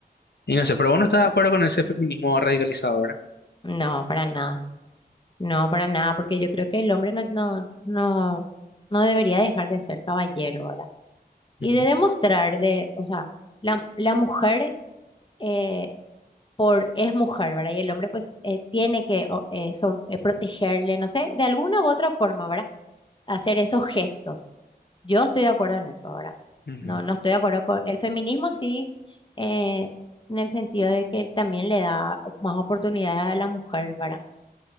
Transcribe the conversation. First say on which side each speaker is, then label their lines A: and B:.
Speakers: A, on the left; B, on the left.
A: y no sé, pero vos no estás de acuerdo con ese feminismo radicalizado, ¿verdad?
B: no, para nada. No, para nada, porque yo creo que el hombre no, no, no, no debería dejar de ser caballero, ¿verdad? Y
A: Ujú,
B: de demostrar de, o sea, la, la mujer eh, por es mujer, ¿verdad? Y el hombre pues eh, tiene que o- eh, so- eh, protegerle, no sé, de alguna u otra forma, ¿verdad? Hacer esos gestos. Yo estoy de acuerdo en eso, ¿verdad?
A: ujú,
B: No, no estoy de acuerdo con el feminismo, sí, eh, en el sentido de que también le da más oportunidades a la mujer, ¿verdad?